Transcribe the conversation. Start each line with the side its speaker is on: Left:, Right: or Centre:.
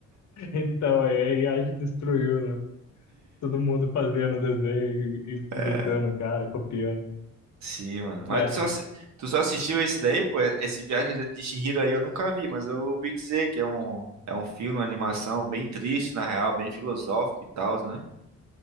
Left: Então, aí a gente destruiu, né? Todo mundo fazendo o desenho, e- e
Right: É,
Left: imitando o cara, copiando.
Right: Sim, mano.
Left: Mas,
Right: Mas tu só, assi- tu só assistiu esse daí, pô? Esse Viagem de Chihiro aí eu nunca vi, mas eu ouvi dizer que é um, é um filme, uma animação bem triste, na real, bem filosófico e tal, né?